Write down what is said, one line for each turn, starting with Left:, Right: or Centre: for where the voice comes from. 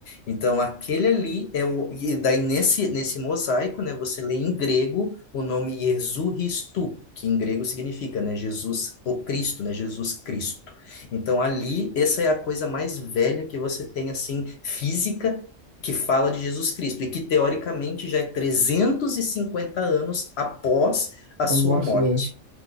Left: Então, aquele ali é o. E daí, nesse, nesse mosaico, né, você lê em grego o nome Jesus Christou, que em grego significa, né, Jesus, o Cristo, né, Jesus Cristo. Então, ali, essa é a coisa mais velha que você tem, assim, física, que fala de Jesus Cristo, e que, teoricamente, já é 350 anos após a sua
Right: A morte
Left: morte.
Right: dela.